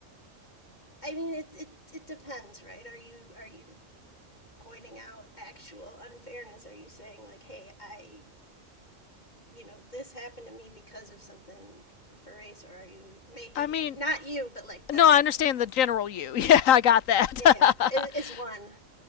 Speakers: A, on the left; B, on the left.
A: I mean, it, it, it depends, right? Are you are you pointing out actual unfairness? Are you saying like, hey, I, you know, this happened to me because of something for race, or are you making
B: i mean
A: it not you, but like the
B: no i understand the general you <laughs> yeah i got that
A: yeah, yeah, it,
B: <laughs>
A: one.